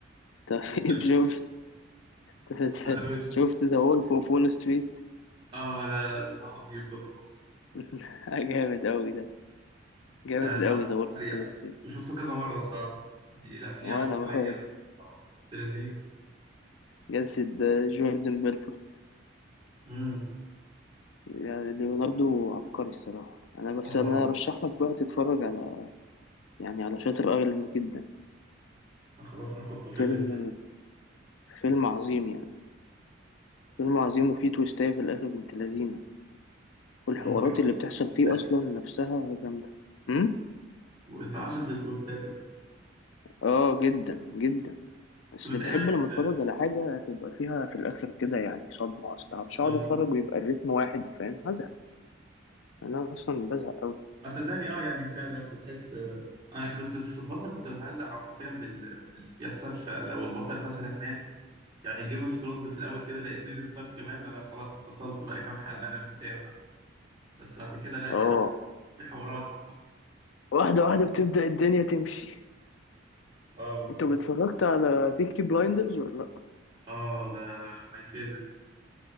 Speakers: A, on the left; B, on the right.
A: طيب
B: لا
A: <laughs> شفت
B: انا مش
A: شفت ذا وولف اوف وول ستريت
B: <laughs> اه لا لا ده, ده عظيم ده طبعا
A: <laughs> جامد قوي ده جامد
B: آه ده
A: قوي ذا وولف
B: عبقري
A: اوف
B: يعني
A: وول ستريت
B: وشفته كذا مرة بصراحة يعني لا في
A: وانا
B: عبقرية
A: بقعد
B: بصراحة آه، بنت لذينة
A: جسد جوردن بيلفورت
B: امم
A: يعني ليوناردو عبقري الصراحة انا بس
B: اه طبعا
A: انا ارشح لك بقى تتفرج على يعني على شاتر ايلاند جدا
B: خلاص نحطه في
A: فيلم
B: الليست ده
A: فيلم عظيم يعني فيلم عظيم وفيه تويستاية في الاخر بنت لذينة والحوارات
B: انت عاشق
A: اللي بتحصل
B: للتوستات
A: فيه اصلا نفسها جامدة أمم؟
B: وانت عاشق للتوستات انت.
A: اه جدا جدا بس
B: طب انت
A: اللي
B: ايه رايك
A: بحب لما
B: في
A: اتفرج على حاجة تبقى فيها في الآخر كده يعني صدمة أصلا مش
B: اه
A: هقعد اتفرج ويبقى الريتم واحد فاهم هزهق أنا أصلا بزهق أوي
B: آه، صدقني اه يعني فعلا بتحس آه، انا كنت في فتره كنت بتعلق عاطفيا بال... باللي بيحصل فلو البطل مثلا مات يعني جيم اوف ثرونز في الاول كده لقيت نيد ستارك مات انا خلاص اتفصلت بقى كام حلقه انا مش سامع بس بعد كده لا
A: اه
B: يعني في حوارات حصلت
A: واحدة واحدة بتبدأ الدنيا تمشي
B: اه بالظبط
A: انت اتفرجت على بيكي بلايندرز ولا لأ؟
B: اه ده ماي فيفورت